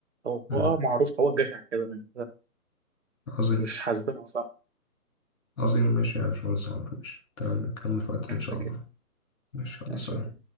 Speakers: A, on the right (about 50°); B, on the left (about 60°).
A: هو
B: مم.
A: أه معروف هو الجشع كده من
B: عظيم
A: مش حاسبينها صح
B: عظيم ماشي يا باشمهندس عمر ماشي تمام نكمل في وقتها
A: مش
B: ان شاء
A: شاكين
B: الله ماشي الله
A: مش
B: سلام
A: شاكين